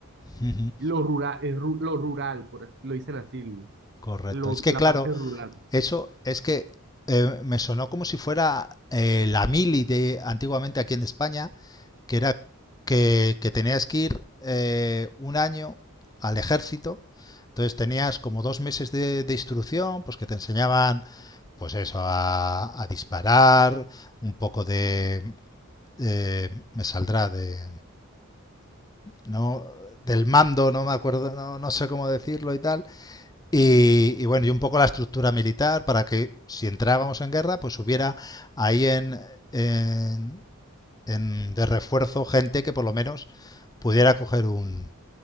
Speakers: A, on the left; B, on the right.
A: <laughs> Ujú,
B: Lo rural, el ru- lo rural, por así- lo dicen así,
A: Correcto.
B: lo-
A: Es que
B: la
A: claro,
B: parte rural.
A: Eso es que eh, me sonó como si fuera eh, la mili de antiguamente aquí en España, que era que, que tenías que ir eh, un año al ejército, entonces tenías como dos meses de, de instrucción, pues que te enseñaban, pues eso, a, a disparar, un poco de, eh, me saldrá de, no, del mando, no me acuerdo, no, no sé cómo decirlo y tal. Y, y, bueno, y un poco la estructura militar para que si entrábamos en guerra, pues hubiera ahí en, en- en- de refuerzo gente que por lo menos pudiera coger un,